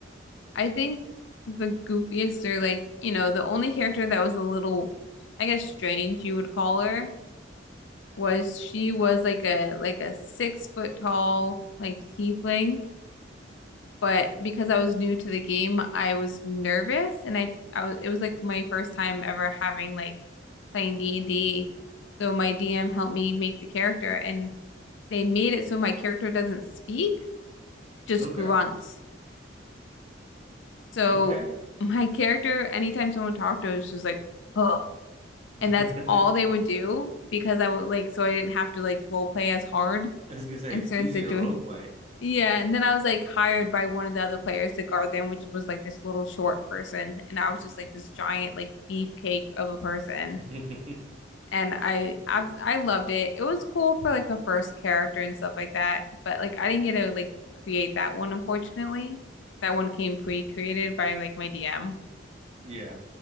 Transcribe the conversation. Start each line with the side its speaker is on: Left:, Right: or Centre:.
Left: I think the goofiest are like, you know, the only character that was a little, I guess, strange you would call her was she was like a like a six foot tall like tiefling, but because I was new to the game, I was nervous and I I was it was like my first time ever having like playing D&D. So my DM helped me make the character and they made it so my character doesn't speak, just
Right: Okay,
Left: grunts. So
Right: okay.
Left: my character, anytime someone talked to her, was just like, huh.
Right: <laughs>
Left: And
Right: I
Left: that's all they would do because I would like, so I didn't have to like role play as hard
Right: was gonna say
Left: in
Right: it's
Left: certain
Right: easy
Left: situations.
Right: to role play.
Left: Yeah, and then I was like hired by one of the other players to guard them, which was like this little short person, and I was just like this giant like beefcake of a person.
Right: <laughs>
Left: And I I, I loved it. It was cool for like a first character and stuff like that, but like I didn't get to like create that one unfortunately. That one came pre-created by like my DM.
Right: yeah.